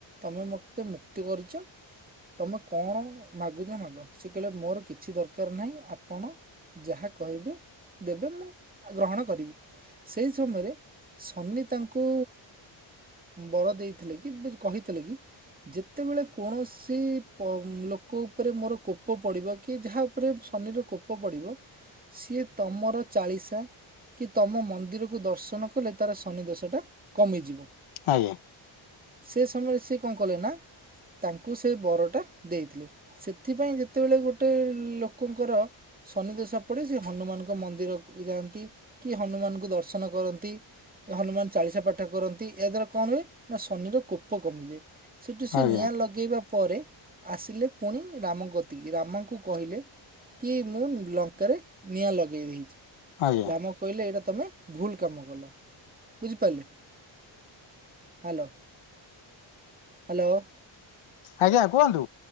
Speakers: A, on the right; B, on the left.
A: ତମେ ମୋତେ ମୁକ୍ତି କରିଛ ତମେ କଣ ମାଗୁଛ ମାଗ ସେ କହିଲେ ମୋର କିଛି ଦରକାର ନାହିଁ ଆପଣ ଯାହା କହିବେ ଦେବେ ମୁଁ ଗ୍ରହଣ କରିବି ସେଇ ସମୟରେ ଶନି ତାଙ୍କୁ ବର ଦେଇଥିଲେ କି କହିଥିଲେ କି ଯେତେବେଳେ କୌଣସି ଲୋକ ଉପରେ ମୋର କୋପ ପଡ଼ିବ କି ଯାହା ଉପରେ ଶନିର କୋପ ପଡ଼ିବ ସିଏ ତମର ଚାଳିଶା କି ତମ ମନ୍ଦିରକୁ ଦର୍ଶନ କଲେ ତାର ଶନିଦଶା ଟା କମିଯିବ
B: ଆଜ୍ଞା
A: ସେ ସମୟରେ ସେ କଣ କଲେ ନା ତାଙ୍କୁ ସେ ବରଟା ଦେଇଥିଲେ ସେଥିପାଇଁ ଯେତେବେଳେ ଗୋଟେ ଲୋକଙ୍କର ଶନିଦଶା ପଡ଼େ ସେ ହନୁମାନଙ୍କ ମନ୍ଦିର ଯାଆନ୍ତି କି ହନୁମାନଙ୍କୁ ଦର୍ଶନ କରନ୍ତି ହନୁମାନ ଚାଳିଶା ପାଠ କରନ୍ତି ଏହା ଦ୍ଵାରା କଣ ହୁଏ ନା ଶନିର କୋପ କମିଯାଏ ସେଠୁ ସେ
B: ଆଜ୍ଞା
A: ନିଆଁ ଲଗେଇବା ପରେ ଆସିଲେ ପୁଣି ରାମ କତିକି ରାମଙ୍କୁ କହିଲେ କି ମୁଁ ଲଙ୍କାରେ ନିଆଁ ଲଗେଇ ଦେଇଛି
B: ଆଜ୍ଞା
A: ରାମ କହିଲେ ଏଇଟା ତୁମେ ଭୁଲ କାମ କଲ ବୁଝିପାରିଲେ ହ୍ୟାଲୋ ହ୍ୟାଲୋ
B: ଆଜ୍ଞା କୁହନ୍ତୁ